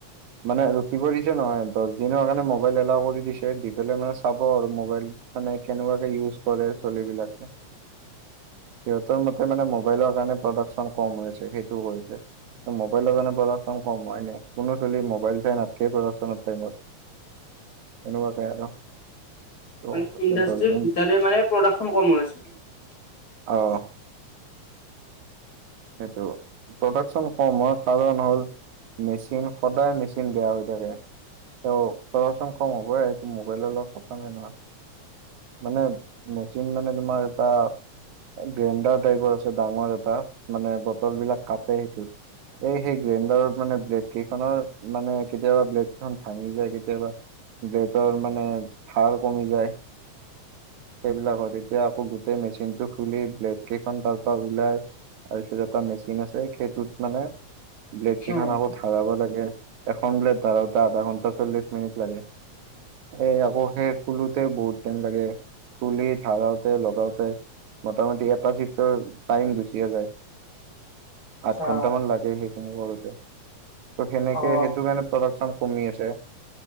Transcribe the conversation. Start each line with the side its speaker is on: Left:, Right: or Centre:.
Right: মানে ৰখিব দিছে নহয় দছ দিনৰ কাৰণে মোবাইল এলাও কৰি দিছে দি পেলাই মানে চাব আৰু মোবাইল। মানে কেনেকুৱাকে ইউজ কৰে চলিবলাকে।
Left: <inaudible>
Right: সিহঁতৰ মতে মানে মোবাইলৰ কাৰণে প্ৰডাকচন কম হৈছে সেইটো কৈছে। মোবাইলৰ কাৰনে প্ৰডাকশচন কম হয় এনে কোনো চলি মোবাইল চাই নাথাকে প্ৰডাকশনৰ টাইমত। এনেকুৱাকে আৰু। ত'
Left: মানে ইণ্ডাষ্ট্ৰিৰ
Right: এতিয়া দহ দিন
Left: ভিতৰে মানে প্ৰডাকচন কম হৈছে।
Right: অ সেইটো প্ৰডাকচন কম হোৱা কাৰণ হ'ল। মেচিন সদায় মেচিন বেয়া হৈ থাকে। অ', প্ৰডাকচন কম হ'ব এইটো মোবাইলৰ লগ কথা নাই নহয়। মানে মেচিন মানে তোমাৰ এটা গ্ৰেণ্ডাৰ টাইপৰ আছে ডাঙৰ এটা মানে বটল বিলাক কাটে সেইটোত। এই সেই গ্ৰাইণ্ডাৰত মানে ব্লেড কেইখনৰ মানে কেতিয়াবা ব্লেড কেইখন ভাঙি যায় কেতিয়াবা। বেতৰ মানে ভাৰ কমি যায়। সেইবিলাকত এতিয়া আকৌ গোটেই মেচিনটো খুলি ব্লেড কেইখন তাৰ পৰা ওলায়। তাৰপিছত এটা মেচিন আছে সেইটোত মানে ব্লেড কেইখন
Left: উম
Right: আকৌ ঢালাব লাগে। এখন ব্লেড ধৰাওঁতে আধা ঘণ্টা চল্লিশ মিনিট লাগে। এই আকৌ সেই খুলোতে বহুত টাইম লাগে খুলি ধাৰাওতে লগাওতে। মোটামুটি এটা চিফটৰ টাইম গুচিয়ে যায়।
Left: আচ্ছা
Right: আঠ ঘন্টামান লাগে সেইখিনি কৰোতে। ত' সেনেকে
Left: অ
Right: সেইটো কাৰণে প্ৰডাকচন কমি আছে।